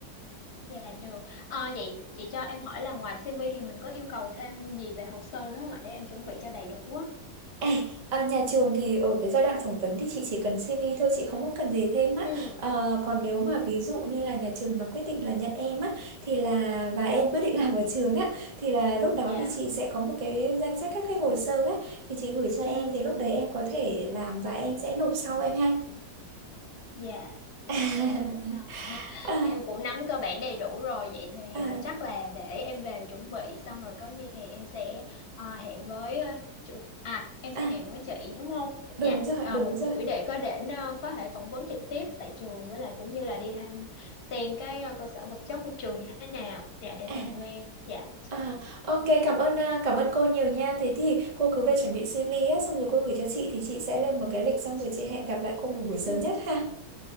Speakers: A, on the left; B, on the right.
A: Dạ được. Ờ, vậy chị cho em hỏi là ngoài CV thì mình có yêu cầu thêm gì về hồ sơ nữa không ạ để em chuẩn bị cho đầy đủ á.
B: À, à, nhà trường thì ở cái giai đoạn phỏng vấn thì chị chỉ cần CV thôi chị không có cần gì thêm á
A: Ừ,
B: Ờ, còn nếu mà ví dụ như là nhà trường mà quyết định là nhận em á thì là và em quyết định làm ở trường á thì là lúc đó
A: dạ.
B: thì chị sẽ có một cái danh sách các cái hồ sơ á thì chị gửi cho
A: Ừ.
B: em thì lúc đấy em có thể làm và em sẽ nộp sau em ha
A: Dạ, dạ
B: <laughs>
A: rồi. À, <laughs>
B: à,
A: em cũng nắm cơ bản đầy đủ rồi. Vậy thì
B: à,
A: à, chắc là để em về chuẩn bị xong rồi có gì thì em sẽ à, hẹn với à, chú à em sẽ
B: à,
A: hẹn với chị đúng không? Dạ,
B: đúng rồi
A: à,
B: đúng
A: một
B: rồi
A: buổi để có để à, có thể phỏng vấn trực tiếp tại trường với lại cũng như là đi thăm xem cái à, cơ sở vật chất của trường như thế nào. Dạ để
B: à.
A: làm quen. Dạ,
B: À, ok, cảm
A: dạ.
B: ơn à, cảm ơn cô nhiều nha. Thế thì cô cứ về chuẩn bị CV á, xong rồi cô gửi cho chị thì chị sẽ lên một cái lịch xong rồi chị hẹn gặp lại cô một buổi sớm
A: Ừ.
B: nhất ha.